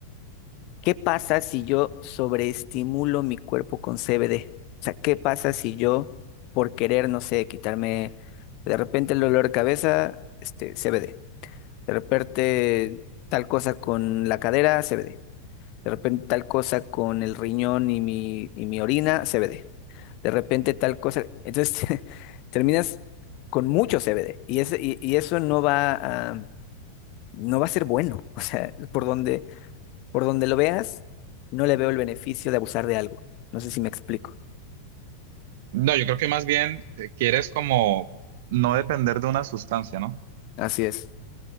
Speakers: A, on the left (about 40°); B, on the right (about 50°).
A: ¿qué pasa si yo sobreestimulo mi cuerpo con CBD? O sea, ¿qué pasa si yo, por querer, no sé, quitarme de repente el dolor de cabeza, este, CBD? De repente tal cosa con la cadera, CBD. De repente tal cosa con el riñón y mi, y mi orina, CBD. De repente tal cosa. Entonces <laughs> terminas con mucho CBD y, ese- y, y eso no va a, no va a ser bueno. <laughs> O sea, por donde, por donde lo veas, no le veo el beneficio de abusar de algo. No sé si me explico.
B: No, yo creo que más bien eh, quieres como no depender de una sustancia, ¿no?
A: Así es.